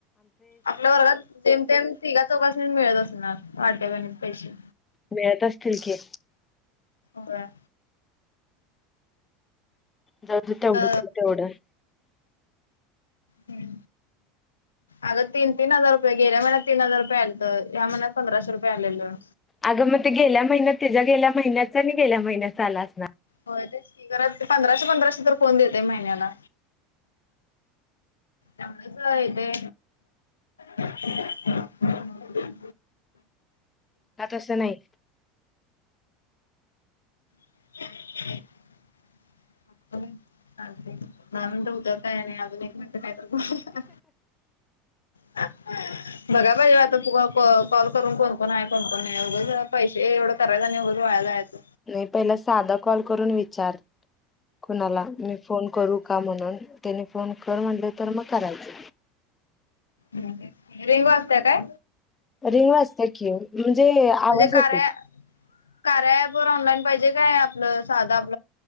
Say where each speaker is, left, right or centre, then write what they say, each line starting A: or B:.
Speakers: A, on the left; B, on the left.
A: आपल्या वर्गात जमतेम तिघाचौकासून मिळत असणार वाट्यापणीचे पैसे
B: मिळत असतील की
A: होय.
B: जाऊ दे तेवढं-तेवढं.
A: अ हं. अग तीन, तीन हजार रुपय गेल्या महिन्या तीन हजार रुपये आलतं. या महिन्यात पंधराशे रुपये आलेलं.
B: अगं मग ते गेल्या महिन्यात तिच्या गेल्या महिन्याच आणि गेल्या महिन्याचा आला असणार.
A: हो तेच की पंधराशे पंधराशे तर कोण देते महिन्याला? तेवढच होय येते. धडाधड.
B: आ तस नाही.
A: खुळखुळ. अंग बाई चालतंय कि मला म्हणतय उद्या काय नाही आजुन एक मिनिट तर बाबा अह्. बघा पाहिजे आता कॉल करून कोणकोण आहे. कोणकोण नाही उगाच पैसे एवढं करायच आणि नाही. बर वाया जायच.
B: नाही पहिला साधा कॉल करून विचार. कोणाला मी फोन करू का म्हणून? त्यानी फोन कर म्हणलं तर मग करायचं.
A: रेंगू असतय काय?
B: रिंग वाजते की म्हणजे आवाज
A: म्हणजे कार्या
B: येतो.
A: कार्या ॲप वर ऑनलाईन पाहिजे काय आपलं साधा आप